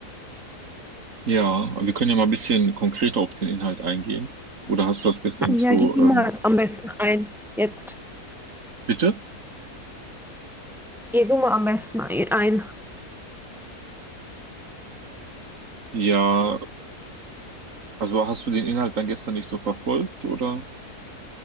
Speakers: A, on the right (about 55°); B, in the centre.
A: Ja, aber wir können ja mal ein bisschen konkreter auf den Inhalt eingehen. Oder hast du das gestern
B: Ja,
A: nicht so,
B: gib mir
A: ähm,
B: mal am besten ein. Jetzt.
A: Bitte?
B: Geh du mal am besten ei- ein.
A: ja, also hast du den Inhalt dann gestern nicht so verfolgt oder